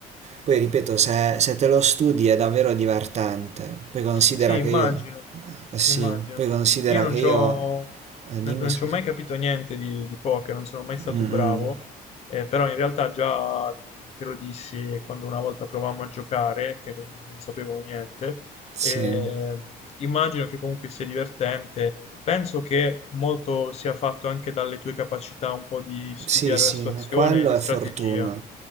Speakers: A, on the right; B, on the left.
A: Poi ripeto, se, se te lo studi è davvero divertente. Poi considera
B: Sì, immagino,
A: che io... eh, sì,
B: immagino.
A: poi considera
B: Io non
A: che
B: c'ho,
A: io... eh,
B: no-
A: dimmi
B: non
A: scusa.
B: ci ho mai capito niente di, di poker, non sono mai stato
A: Mm,
B: bravo,
A: mm,
B: eh, però in realtà già te lo dissi quando una volta provammo a giocare, che non, non sapevo niente,
A: sì.
B: e immagino che comunque sia divertente. Penso che molto sia fatto anche dalle tue capacità un po' di studiare
A: Sì, sì,
B: la situazione,
A: quello
B: e di
A: è
B: strategia
A: fortuna.